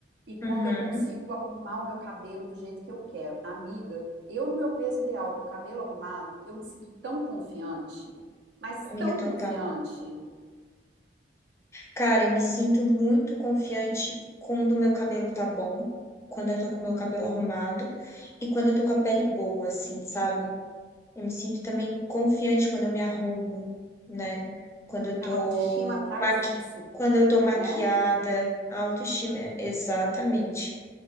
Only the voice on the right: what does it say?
e quando
eu consigo arrumar o meu cabelo do jeito que eu quero. Amiga, eu no meu peso ideal, com o cabelo arrumado, eu me sinto tão confiante, mas
tão
confiante.
A autoestima traz
isso,
né?